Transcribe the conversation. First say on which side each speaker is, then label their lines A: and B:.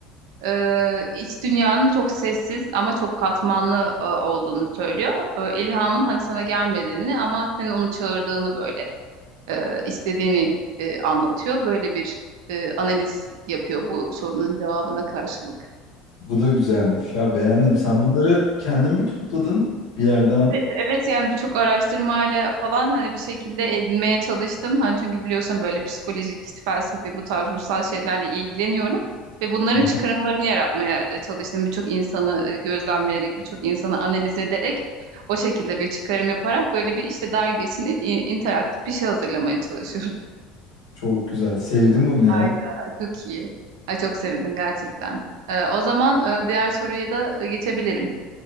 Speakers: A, on the right; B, on the left.
A: e, iç dünyanın çok sessiz ama çok katmanlı e, olduğunu söylüyor. E, ilhamın hani sana gelmediğini ama senin onu çağırdığını böyle e, istediğini e, anlatıyor. Böyle bir e, analiz yapıyor bu sorunun cevabına karşılık.
B: Bu da güzelmiş ya beğendim. Sen bunları kendin mi topladın bir yerden?
A: Evet yani birçok araştırmayla falan hani bir şekilde edinmeye çalıştım. Hani çünkü biliyorsun böyle psikolojik, işte felsefi bu tarz ruhsal şeylerle ilgileniyorum. Ve bunların
B: Aha,
A: çıkarımlarını yaratmaya e, çalıştım. Birçok insanı e, gözlemleyerek, birçok insanı analiz ederek o şekilde bir çıkarım yaparak böyle bir işte dergi için i- interaktif bir şey hazırlamaya çalışıyorum.
B: çok güzel. Sevdim bunu ya.
A: Harika, çok iyi. Ay, çok sevindim gerçekten. Ee, o zaman e, diğer soruya da e, geçebilirim.